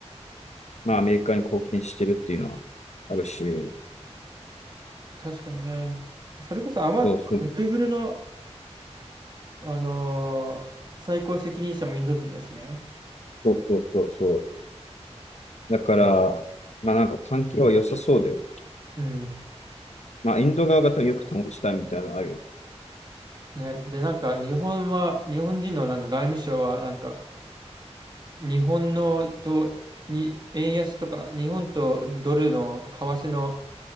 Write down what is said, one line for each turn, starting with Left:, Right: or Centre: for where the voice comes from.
Left: まあ、アメリカに貢献してるっていうのはあるし、
Right: 確かにね。それこそ、あま、
Left: そうそう
Right: Google の、あのー最高責任者もインド人だしね。
Left: そうそうそうそう。だから、まあなんか環境は良さそうだよ。
Right: うん。
Left: まあ、インド側がよく保ちたいみたいなのあるよ。
Right: ね。で、なんか、日本は、日本人のなんか外務省は、なんか、日本のと、に、円安とか、日本とドルの為替の、